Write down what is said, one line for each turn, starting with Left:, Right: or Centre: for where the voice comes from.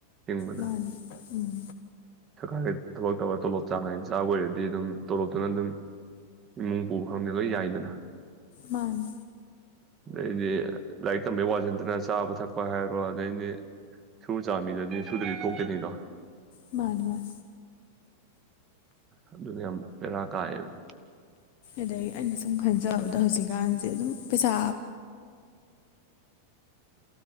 Right: ꯍꯤꯡꯕꯗ
Left: ꯃꯥꯅꯦ ꯎꯝ
Right: ꯁꯔꯀꯥꯔꯒꯤ ꯊꯕꯛ ꯇꯧꯔ ꯇꯣꯂꯣꯞ ꯆꯥꯡ ꯅꯥꯏꯅꯥ ꯆꯥꯕ ꯑꯣꯏꯔꯗꯤ ꯑꯗꯨꯝ ꯇꯣꯂꯣꯞꯇꯨꯅ ꯑꯗꯨꯝ ꯏꯃꯨꯡ ꯄꯨꯕ ꯈꯪꯗꯦ ꯂꯣꯏ ꯌꯥꯏꯗꯅ
Left: ꯃꯥꯥꯅꯦ
Right: ꯑꯗꯩꯗꯤ ꯂꯥꯏꯔꯤꯛ ꯇꯝꯕꯩ ꯋꯥꯁꯤ ꯅꯠꯇꯅꯥ ꯆꯥꯕ ꯊꯛꯄ ꯍꯥꯏꯔꯣ ꯑꯗꯩꯗꯤ ꯁꯨꯔꯥ ꯆꯥꯕꯥꯃꯤꯗꯥꯗꯤ ꯁꯨꯗ꯭ꯔꯥꯗꯤ ꯇꯣꯛꯇꯨꯏꯅꯤꯗꯣ
Left: ꯃꯥꯅꯤ ꯃꯥꯥꯅꯤ
Right: ꯑꯗꯨꯅ ꯌꯥꯝ ꯕꯦꯔꯥ ꯀꯥꯏꯌꯦꯕꯥ
Left: ꯑꯗꯥꯒꯤ ꯑꯩꯅ ꯁꯨꯝ ꯈꯟꯖꯥꯕꯗ ꯍꯧꯖꯤꯛꯀꯥꯟꯁꯦ ꯑꯗꯨꯝ ꯄꯩꯁꯥ